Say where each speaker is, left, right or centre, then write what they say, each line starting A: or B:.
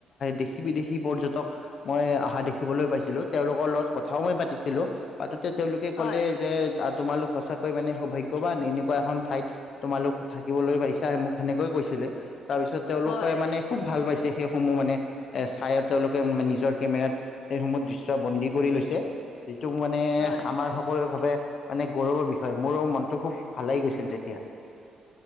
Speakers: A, on the left; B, on the left.
A: দেশী বিদেশী পৰ্যটক মই অহা দেখিবলৈ পাইছিলোঁ তেওঁলোকৰ লগত কথাও মই পাতিছিলোঁ পাতোতে তেওঁলোকে ক'লে
B: হয়
A: যে তোমালোক সঁচাকৈ মানে সৌভাগ্যবান এনেকুৱা এখন ঠাইত তোমালোক থাকিবলৈ পাইছা মোক সেনেকৈয়ে কৈছিলে তাৰপিছত তেওঁলোকে
B: হয়
A: মানে খুব ভাল পাইছে সেইসমূহ মানে এ চাই তেওঁলোকে নিজৰ কেমেৰাত সেইসমূহ দৃশ্য বন্দী কৰি লৈছে যিটো মানে
B: হয়
A: আমাৰ সকলোৰে ভাবে মানে গৌৰৱৰ বিষয় মোৰো মনটো খুব ভাল লাগি গৈছিল তেতিয়া।